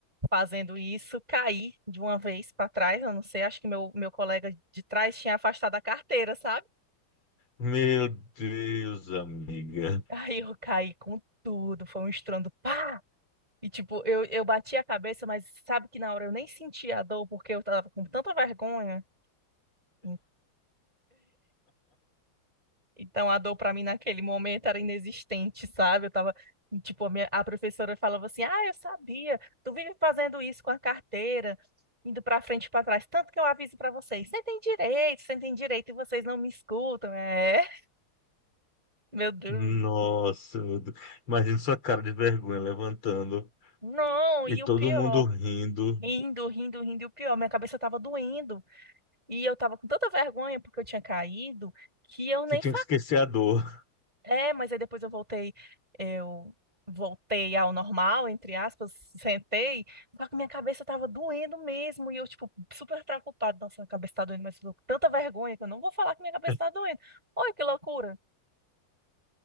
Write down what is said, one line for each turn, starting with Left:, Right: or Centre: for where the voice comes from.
Right: fazendo isso, caí de uma vez para trás, eu não sei, acho que meu, meu colega de trás tinha afastado a carteira, sabe?
Left: Meu Deus, amiga.
Right: <laughs> Aí eu caí com tudo, foi um estrondo, pá! E tipo, eu, eu bati a cabeça, mas sabe que na hora eu nem senti a dor, porque eu tava com tanta vergonha. <laughs> Então a dor pra mim naquele momento era inexistente, sabe? Eu tava, tipo, a minha- a professora falava assim: "Ah, eu sabia. Tu vive fazendo isso com a carteira, indo pra frente e pra trás, tanto que eu aviso pra vocês. Sentem direito, sentem direito e vocês não me escutam". É. <laughs> Meu Deus.
Left: Nossa, meu Deus. Imagina sua cara de vergonha levantando
Right: Não,
Left: e
Right: e
Left: todo
Right: o pior,
Left: mundo rindo,
Right: rindo, rindo, rindo, e o pior, minha cabeça tava doendo e eu tava com tanta vergonha porque eu tinha caído que eu nem
Left: que tinha que esquecer a dor.
Right: É, mas aí depois eu voltei, eu voltei ao normal, entre aspas, <laughs> sentei, só que minha cabeça tava doendo mesmo, e eu, tipo, super preocupada, nossa, minha cabeça tá doendo, mas eu tô com tanta vergonha que eu não vou falar que minha cabeça
Left: <laughs>
Right: tá doendo. Olha que loucura.